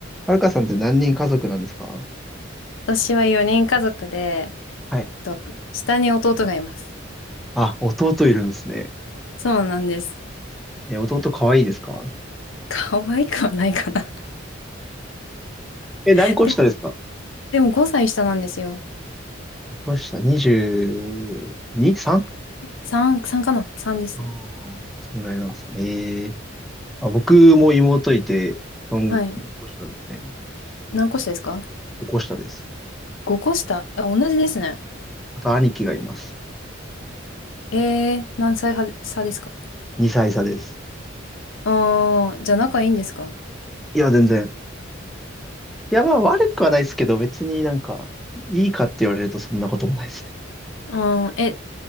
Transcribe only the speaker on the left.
私は4人家族で、
えっと、下に弟がいます。
そうなんです。
可愛くはないかな。
<laughs>
でも、でも5歳下なんですよ。
3、3かな ?3 ですね。
はい。
何個下ですか
?5 個下。あ、同じですね。
えー、何歳は差ですか
あー、じゃあ仲いいんですか
あー、え、